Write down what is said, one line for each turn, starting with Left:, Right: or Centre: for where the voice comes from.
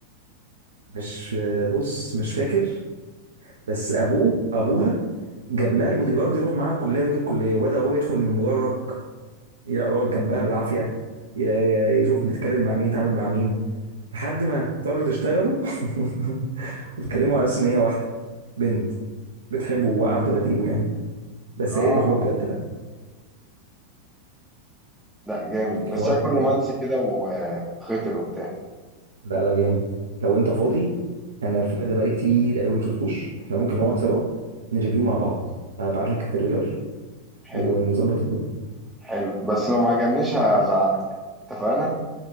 Right: مش بص مش فاكر بس ابوه ابوها جاب لها البودي جارد يروح معاها الكليه ويجي الكليه وبدا هو يدخل من المدرج يقعد جنبها بالعافيه ي- يشوف بيتكلم مع مين يتعامل مع مين لحد ما اضطروا تشتغلوا <laughs> بتكلموا على اساس ان هي واحده بنت بتحبه وواقعه في دباديبه يعني بس
Centre: اه
Right: هي اللي بتحبه بجد بقى
Centre: لا جامد
Right: الحوار
Centre: بس شكله
Right: جامد
Centre: رومانسي
Right: قوي
Centre: كده وخطر وبتاع
Right: لا لا جامد لو انت فاضي انا الفيلم ده بقالي كتير قوي ما شفتوش احنا ممكن نقعد سوا نريفيو مع بعض هبعت لك التريلر
Centre: حلو
Right: ونظبط الدنيا
Centre: حلو بس لو ما عجبنيش هزعلك اتفقنا